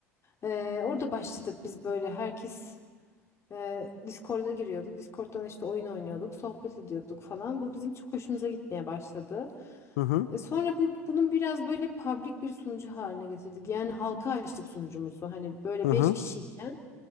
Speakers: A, on the left (about 35°); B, on the left (about 75°).
A: Ee, orada başladık biz böyle herkes e, Discord'a giriyordu. Discord'dan işte oyun oynuyorduk, sohbet ediyorduk falan. Bu bizim çok hoşumuza gitmeye başladı.
B: Hı hı.
A: E sonra bu bunun biraz böyle public bir sunucu haline getirdik. Yani halka açtık sunucumuzu. Hani böyle
B: Hı hı.
A: 5 kişiyken